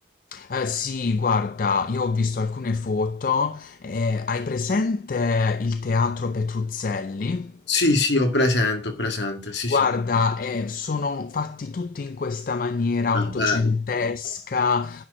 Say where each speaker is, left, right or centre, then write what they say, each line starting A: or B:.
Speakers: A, on the left (about 45°); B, on the left (about 70°).
A: Eh sì, guarda, io ho visto alcune foto, eh, hai presente il teatro Petruzzelli?
B: Sì, sì, ho presente, ho presente, sì,
A: Guarda,
B: sì.
A: eh, sono fatti tutti in questa maniera
B: Ah,
A: ottocentesca,
B: bello.